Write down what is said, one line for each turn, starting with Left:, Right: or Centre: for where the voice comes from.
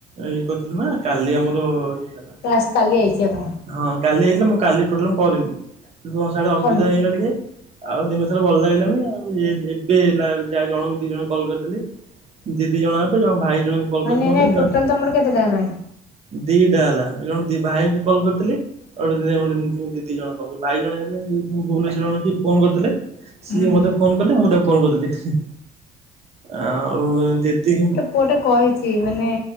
Right: ଏଇ କଥା ନା କାଲି ଆମର ଇଏ ହେଲା।
Left: ଟ୍ୟାକ୍ସ କାଲି ଆଇଚି ଆପ
Right: ହଁ କାଲି ଆଇଥିଲା ମୁଁ କାଲି ଟୋଟାଲ ମୁଁ କରିନି। ତୁମ ସାଡେ ଅସୁବିଧା
Left: କଣ
Right: ହେଇଗଲା ଟିକେ। ଆଉ ଦିନ ସାରା ଭଲ ଲାଗିଲାନି ଆଉ ଇଏ ଏବେ ଲା ଯା ଜଣଙ୍କୁ ଦି ଜଣ କଲ କରିଥିଲି। ଦିଦି ଜଣେ ହେବେ ଜଣେ ଭାଇ ଜଣେ ବି କଲ
Left: ମାନେ
Right: କରିଥିଲେ
Left: ଏଇନା
Right: ମତେ। ମୁଁ
Left: ଟୋଟାଲ୍
Right: ତାକ୍
Left: ତମର କେତେଟା ହେଲାଣି
Right: ଦିଟା ହେଲା ଜଣେ ଦି ଭାଇଙ୍କୁ କଲ୍ କରିଥିଲି। ଆଉ ଗୋଟେ ଦି ଆଉ ଗୋଟେ ଦିଦି ଜଣକ ପାଖକୁ ଭାଇ ଜଣେ ହେବେ ଏ <unintelligible> ଭୁବନେଶ୍ୱର ରୁ ଜଣେ କିଏ ଫୋନ କରିଥିଲେ। ସିଏ
Left: ହୁଁ
Right: ମତେ
Left: ହୁଁ
Right: ଫୋନ କଲେ ମୁଁ ତାକୁ କଲ୍ କରିଦେଲି। ଆଉ ଦିଦି
Left: ପୁଅ ଟେ କହିଚି ମାନେ